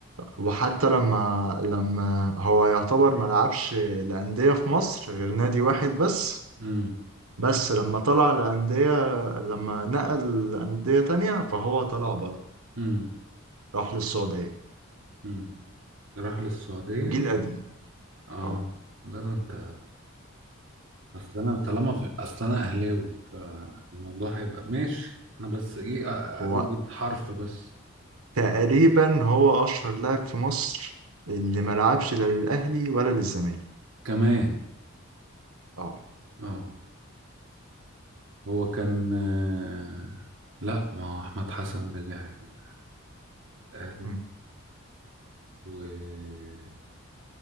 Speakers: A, on the right; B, on the right.
A: وحتى لما لما هو يعتبر ما لعبش لأندية في مصر غير نادي واحد بس
B: مم.
A: بس لما طلع لأندية لما نقل لأندية تانية فهو طلع بره
B: مم.
A: راح للسعودية
B: مم. راح للسعودية
A: وجيل قديم
B: اه
A: اه
B: لا ده انت اصل انا طالما في... اصل انا اهلاوي فالموضوع هيبقى ماشي انا بس ايه أ-
A: هو
B: اوجد حرف بس
A: تقريبا هو أشهر لاعب في مصر اللي ما لعبش لا للأهلي ولا للزمالك
B: كمان
A: اه
B: اه هو كان آه، لا ما هو احمد حسن رجع ال- الاهلي
A: مم.
B: و